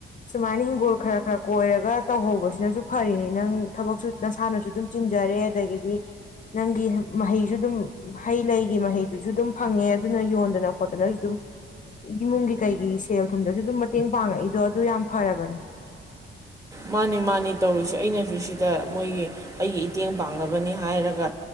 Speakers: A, on the left; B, on the right.
A: ꯁꯨꯃꯥꯏꯅ ꯍꯤꯡꯒꯣꯜ ꯈꯔ ꯈꯔ ꯀꯣꯏꯔꯒ ꯇꯧꯍꯧꯕꯁꯤꯅꯁꯨ ꯐꯔꯤꯅꯤ ꯅꯪ ꯊꯕꯛꯁꯨ ꯅꯁꯥꯅꯁꯨ ꯑꯗꯨꯝ ꯆꯤꯟꯖꯔꯦ ꯑꯗꯒꯤꯗꯤ ꯅꯪꯒꯤ ꯃꯍꯩꯁꯨ ꯑꯗꯨꯝ ꯍꯩ ꯂꯩꯒꯤ ꯃꯍꯩꯗꯨꯁꯨ ꯑꯗꯨꯝ ꯐꯪꯉꯦ ꯑꯗꯨꯅ ꯌꯣꯟꯗꯅ ꯈꯣꯠꯇꯅꯁꯨ ꯑꯗꯨꯝ ꯏꯃꯨꯡꯒꯤ ꯀꯩꯒꯤ ꯁꯦꯜ ꯊꯨꯝꯗꯁꯨ ꯑꯗꯨꯝ ꯃꯇꯦꯡ ꯄꯥꯡꯉꯛꯏꯗꯣ ꯑꯗꯨ ꯌꯥꯝ ꯐꯔꯕꯅꯤ
B: ꯃꯥꯅꯤ ꯃꯥꯅꯤ ꯇꯧꯔꯤꯁꯦ ꯑꯩꯅꯁꯨ ꯁꯤꯗ ꯃꯣꯏꯒꯤ ꯑꯩꯒꯤ ꯃꯇꯦꯡ ꯄꯥꯡꯅꯕꯅꯤ ꯍꯥꯏꯔꯒ